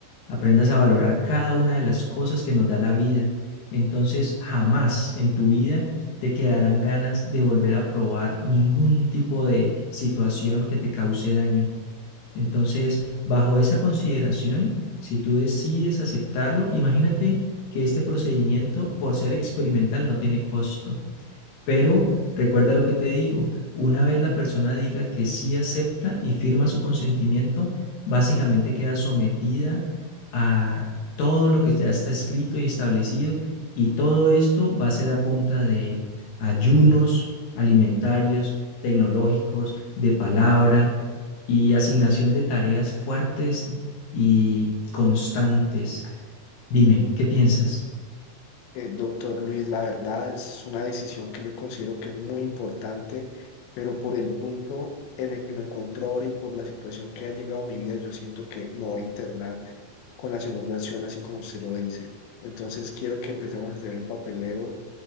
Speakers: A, on the left; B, on the left.
A: aprendas a valorar cada una de las cosas que nos da la vida. Entonces, jamás en tu vida te quedarán ganas de volver a probar ningún tipo de situación que te cause daño. Entonces, bajo esa consideración, si tú decides aceptarlo, imagínate que este procedimiento, por ser experimental, no tiene costo. Pero recuerda lo que te digo, una vez la persona diga que sí acepta y firma su consentimiento, básicamente queda sometida a todo lo que ya está escrito y establecido y todo esto va a ser a punta de ayunos alimentarios, tecnológicos, de palabra y asignación de tareas fuertes y constantes. Dime, ¿qué piensas?
B: Eh, doctor Luis, la verdad es una decisión que yo considero que es muy importante, pero por el punto en el que me encuentro ahora y por la situación que ha llegado a mi vida, yo siento que me voy a internar con la segunda opción así como usted lo dice. Entonces quiero que empecemos a hacer el papeleo